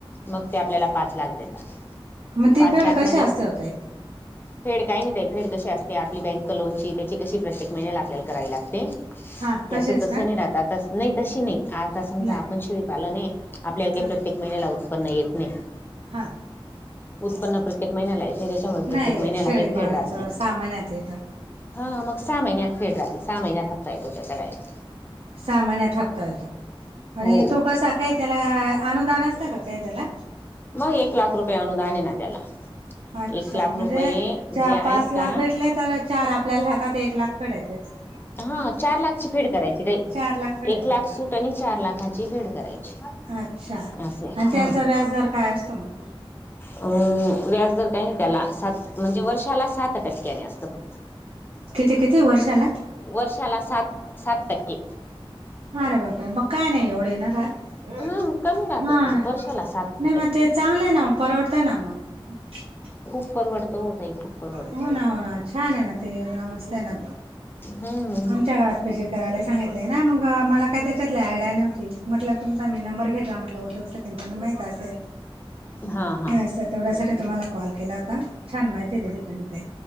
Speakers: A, on the left (about 20°); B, on the right (about 80°).
A: मग ते आपल्याला पाच लाख देतात
B: म ती
A: पाच
B: फेढ
A: लाख
B: कसी
A: मध्ये
B: असते ओ ताई.
A: फेड काही नाही ताई फेड कशी असते आपली बँक लोनची त्याची कशी प्रत्येक महिन्याला आपल्याला करावी लागते.
B: हा
A: याच
B: तसेच
A: तसं
B: का
A: नाही राहत, आता नही तशी नही आता समजा
B: नाही
A: आप
B: का
A: शेळी पालन हे आपल्याला काही
B: हा
A: प्रत्येक महिन्याला उत्पन्न येत नाही.
B: हा
A: उत्पन्न प्रत्येक महिन्याला येत तसं नाही त्याच्यामुळे प्रत्येक
B: नाही
A: महिन्याला
B: येत शेळीपालनचं
A: काही फेड राहत नाही.
B: सहा महिन्यात येतं
A: हा मग सहा महिन्यात फेड राहते सहा महिन्यायात हप्ता येतो त्याचा डायरेक्ट.
B: सहा महिन्यात हप्ता येतो आणि
A: हो
B: तो कसा काय त्याला अनुदान असतं का काय त्याला
A: मग एक लाख रुपये आनुदान आहे ना त्याला
B: अच्छा
A: एक लाख
B: म्हणजे
A: रुपये
B: चा
A: जे आहेत
B: पाच
A: का
B: लाख भेटले. तर चार आपल्याला हातात एक लाख फेडायचं असतं.
A: हा चार लाखची फेड करायची नाही
B: चार लाख फेडायचे
A: एक लाख
B: असतात
A: सूट आणि चार लाखाची फेड करायची
B: अच्छा आणि
A: अस अआहे
B: त्याचा
A: हा.
B: व्याज दर काय असतो मग
A: अ व्याजदर काही नाही त्याला सात म्हणजे वर्षाला सात टक्क्याने असतं फक्त-
B: किती किती वर्षाला-
A: वर्षाला सात सात टक्के
B: ह रे बाप रे मग काय नाही एवढे ना <inaudible>
A: हम्म कमी राहत
B: हा
A: खूप
B: नाही
A: वर्षाला सात टक्के
B: मग ते चांगलं आहे ना मग परवडतय ना मग. <unintelligible>
A: खूप परवडतो हो ताई. खूप परवडत
B: हो ना हो ना छान आहे ना ते योजना मस्त आहे ना
A: हम्म
B: आमच्या गावात पहिजे. करायला सांगितलेय ना मग मला काय त्याच्यातली आयडया नव्हती. म्हटलं तुमचा मी नंबर घेतला म्हटलं उद्योगसाठी त्यांना माहित असल
A: हा हा
B: नाय असंत. तेवढ्यासाठी तुम्हाला कॉल केला होता छान माहिती दिली तुम्ही ताई